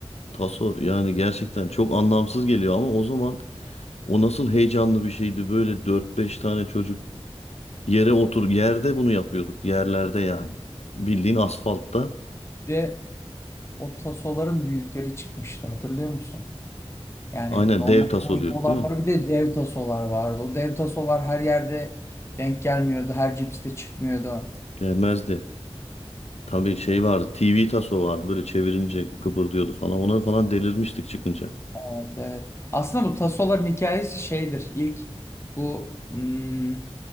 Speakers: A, on the left; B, on the left.
A: Taso yani gerçekten çok anlamsız geliyor ama o zaman o nasıl heyecanlı bir şeydi. Böyle dört beş tane çocuk yere otur yerde bunu yapıyorduk. Yerlerde yani. Bildiğin asfaltta.
B: Bir de o tasoların büyükleri çıkmıştı hatırlıyor musun? Yani
A: Aynen
B: normal
A: dev taso
B: boyda
A: diyorduk
B: olanları
A: değil mi?
B: bir de dev tasolar vardı. O dev tasolar her yerde denk gelmiyordu. Her cipste çıkmıyordu.
A: Gelmezdi. Tabii şey vardı. TV taso vardı. Böyle çevirince kıpırdıyordu falan. Ona falan delirmiştik çıkınca.
B: Evet, evet. Aslında bu tasoların hikayesi şeydir. İlk bu hmm,